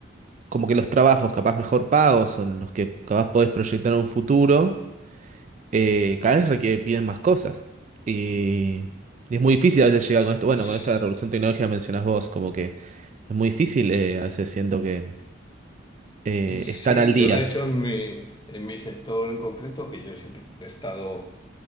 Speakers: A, on the right; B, on the left.
A: como que los trabajos capaz mejor pagos, son los que capaz podés proyectar en un futuro, eh, cada vez requieren piden más cosas. Y, y es muy difícil a veces llegar con esto. Bueno,
B: Es-
A: con esta revolución tecnológica mencionás vos, como que es muy difícil, eh, a veces siento que eh,
B: Sí,
A: estar al
B: yo
A: día.
B: de hecho en mi, en mi sector en concreto, que yo siempre he estado